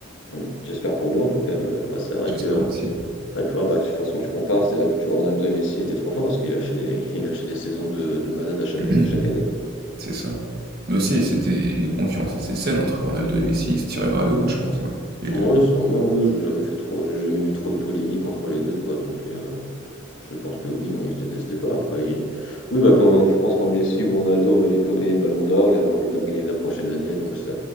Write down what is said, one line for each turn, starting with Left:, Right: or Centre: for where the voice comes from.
Left: Mm. J'espère pour lui en tout cas, mais euh, ouais, c'est vrai
Right: J'espère
Left: que
Right: aussi.
Left: c'est vrai que faut voir, bah, de toute façon tu compares, c'est là que tu vois Ronaldo et Messi étaient trop forts parce qu'il lâchait des, il lâchait des saisons de, de malade à chaque,
Right: ouais.
Left: euh, chaque année,
Right: <clears throat>
Left: quoi.
Right: C'est ça. Mais aussi,
Left: Même
Right: c'était
Left: si-
Right: une concurrence assez saine entre Ronaldo et Messi. Ils se tiraient vers le haut, je pense, hein, les
Left: Oui,
Right: deux.
Left: sûrement, oui, j'ai jamais fait trop, j'ai jamais vu trop de polémiques entre les deux, quoi, donc. euh, Je pense que oui, non, ils se détestaient pas. Après, ils- oui, bah quand je pense qu'en Messi ou Ronaldo voyait Claude gagner le Ballon d'Or, il avait envie de le gagner la prochaine année, donc ça,